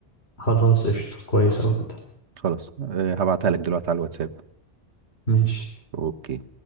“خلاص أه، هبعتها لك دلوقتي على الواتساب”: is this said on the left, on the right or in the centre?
Right